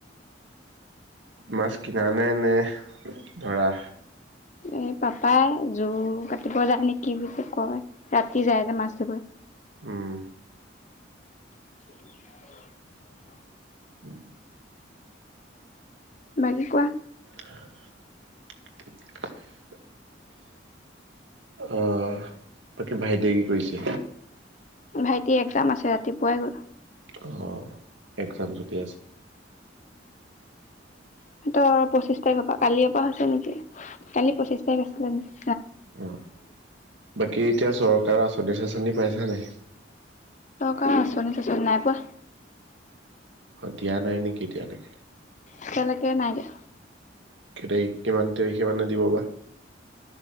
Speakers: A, on the right; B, on the left.
A: মাছ কিনা নে নে ধৰা।
B: এই পাপাই জো কাটিব যায় নে কি ক। ৰাতি যায় যে মাছ ধৰিব।
A: উম
B: <unintelligible>
A: <unintelligible>
B: বাকি কোৱা।
A: <unintelligible> অহ বাকী ভাইটিয়ে কি কৰিছে?
B: ভাইটি একজাম আছে ৰাতিপুৱাই গ'ল।
A: অ একজাম যটি আছে।
B: সিতৰ পঁচিশ তাৰিখ পৰা কালিৰ পৰা হৈছে নেকি কালি পঁচিশ তাৰিখ আছিলে ন।
A: অ বাকী এতিয়া চৰকাৰৰ আচনি চাচনি পাইচা নাই?
B: অ আচনি চাচনি নাই পোৱা।
A: অ দিয়া নাই নেকি এতিয়ালৈকে।
B: এতিয়ালেকে নাই দিয়া।
A: দে কিমান তাৰিখে মানে দিব বা।